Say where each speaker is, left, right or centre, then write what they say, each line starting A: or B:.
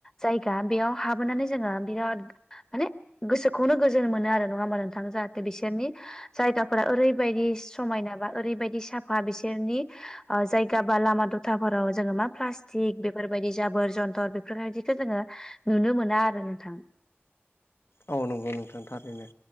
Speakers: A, on the left; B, on the left.
A: जायगा बेयाव हाबोनानै जोङो बिराद माने गोसोखौनो गोजोन मोनो आरो नङा होमबब्ला नोंथां जाहाथे बिसोरनि जायगाफोरा ओरैबायदि समायना बा ओरैबायदि साफा बिसोरनि जायगा बा लामा दथाफोराव जोङो मा प्लास्टिक बेफोरबायदि जाबोर जन्थर बेफोरबायदिखौ जोङो नुनो मोना आरो नोंथां।
B: आ नंगौ नोंथां थारैनो।